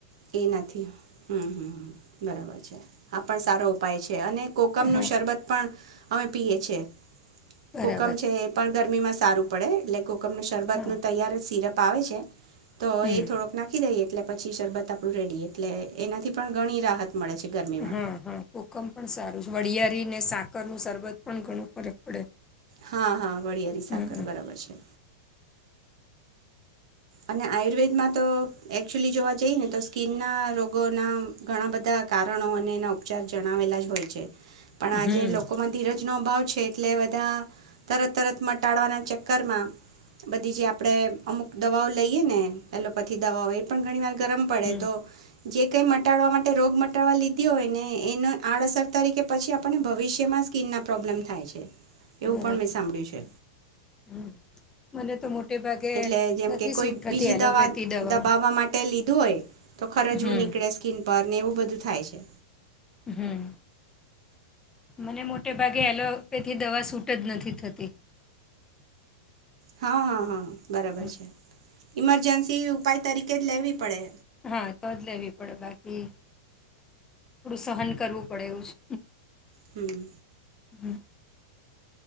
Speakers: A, on the right; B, on the left.
A: એ નથી હમ્મ, હમ્મ, બરાબર છે. પણ સારો ઉપાય છે. અને કોકમનો
B: હા
A: શરબત પણ અમે પીએ. છે.
B: બરાબર
A: કુકમ છે એ પણ ગરમી માં સારું. પડે એટલે કોકમને શરબતનો
B: હા
A: તૈયારે સિરપ ફાવે છે? તો
B: હમ
A: એ થોડોક નાખી દઈએ. એટલે પછી શરબત આપ આપું રેડી એટલે એનાથી પણ ઘણી રાહત મળે છે ગરમીમાં
B: હમ્મ હમ્મ કોકમ પણ સારું છે. વળિયારી ને સાકરનું સરબત પણ ઘણું ફરક પડે.
A: હા હા વળિયારી સાકર
B: હમ હમ
A: બરાબર છે. અને આયુર્વેદમાં તો એકક્ચુલી જોવા જઈને તો સ્કીનના રોગોના ઘણા બધા કારણો અને એના ઉપચાર જણાવેલા જ હોય છે. પણ આજે
B: હમ
A: લોકો માં ધીરજ નો અભાવ છે એટલે બધા તરત તરત મટાડવાના ચક્કરમાં બધી જે આપણે અમુક દવાઓ લઈએ ને એલોપેથી દવાઓ એ પણ ઘણી વાર ગરમ પડે
B: હમ
A: તો જે કંઈ મટાડવા માટે રોગ મટાડવા લીધી હોયને એને આડઅસર તરીકે પછી આપણને ભવિષ્યમાં સ્કીનના પ્રોબ્લેમ થાય છે. એવું
B: બરાબર
A: પણ મેં સાંભળ્યું છે.
B: હમ મને તો મોટે ભાગે
A: એટલે જેમ
B: નથી
A: કે કોઈ
B: સૂટ થતી
A: બીજી
B: એલોપેથી
A: દવા
B: દવાઓ
A: દબાવવા માટે લીધું હોય તો ખરજવું
B: હમ
A: નીકળે સ્કીન પર ને એવું બધું. થાય છે.
B: હમ્મ મને મોટે ભાગે એલોપેથી દવા સૂટ જ નથી થતી.
A: હા-હા-હા. બરાબર
B: હમ.
A: છે. ઇમરજન્સી ઉપાય તરીકે જ લેવી પડે.
B: હા તો જ લેવી પડે બાકી થોડું સહન કરવું પડે એવું છે.
A: હમ્મ.
B: હમ્મ